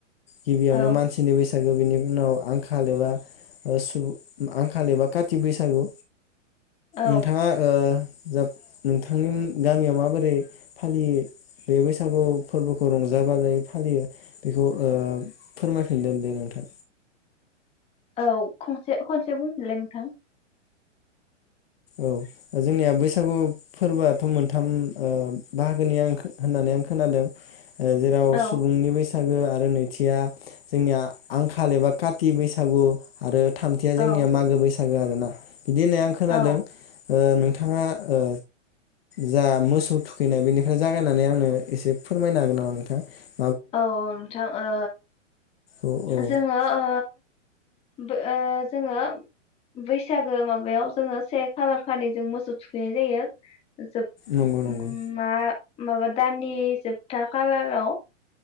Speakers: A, on the left; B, on the left.
A: गिबियावनो
B: औ
A: मानसि <unintelligible> बैसागु बिनि उनाव आंखाल एबा सुबुं आंखाल एबा काति बैसागु
B: औ
A: नोंथाङा ओ जा नोंथांनि गामियाव माबोरै फालियो बे बैसागु फोरबोखौ रंजा बाजायै फालियो बेखौ ओ फोरमाय दोनदोन दे नोंथां
B: औ खंसे खनसे बुंफिनलाय नोंथां
A: औ जोंनिया बैसागु फोरबोआथ मोनथाम बाहागोनि आं होननानै आं खोनादों जेराव
B: औ
A: सुबुंनि बैसाग आरो नैथिया जोंनिया आंखाल एबा काति बैसागु आरो थामथिया
B: औ
A: जोंनिया मागो बैसा <unintelligible> आरो ना बिदि होननाय आं खोनादों
B: औ
A: ओ नोंथाङा ओ जा मोसौ थुखैनाय बेनिफ्राय जागायनानै आंनो एसे फोरमायनो हागोन नामा नोंथाङा
B: औ औ नोंथां ओ
A: औ औ
B: जोङो ओ बो ओ जोङो बैसागो माबायाव जोङो से खालार खालि जों मोसौ थुखैनाय जायो जोब
A: नंगौ नंगौ
B: ओम मा माबा दाननि जोबथा खालाराव